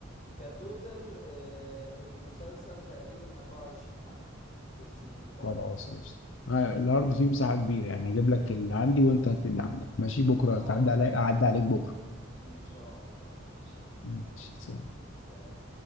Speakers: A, on the left; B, on the left.
A: كتوتال آه، المسلسل تقريبا 24 حلقة في سي في الثلاث
B: خلاص
A: مواسم
B: قشطة آه، الأرض فيه مساحة كبيرة يعني هجيب لك اللي عندي وأنت هات لي اللي عندك ماشي بكرة
A: اه
B: تعدي علي أعدي عليك بكرة
A: إن شاء الله ماشي
B: ماشي.
A: سلام